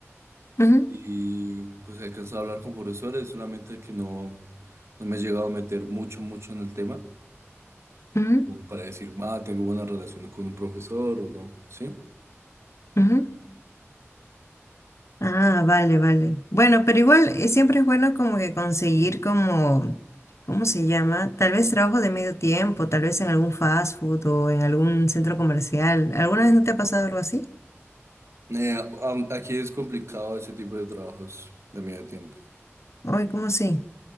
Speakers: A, on the right; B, on the left.
A: sí,
B: Ujú,
A: y pues he alcanzado a hablar con profesores, solamente que no, no me he llegado a meter mucho, mucho en el tema,
B: ujú,
A: como para decir, ah, tengo buena relación con un profesor o no, ¿sí?
B: ujú. Ah, vale, vale. Bueno, pero igual eh, siempre es bueno como que conseguir como, ¿cómo se llama? Tal vez trabajo de medio tiempo, tal vez en algún fast food o en algún centro comercial. ¿Alguna vez no te ha pasado algo así?
A: Eh, am- aquí es complicado ese tipo de trabajos de medio tiempo,
B: Ay, ¿cómo así?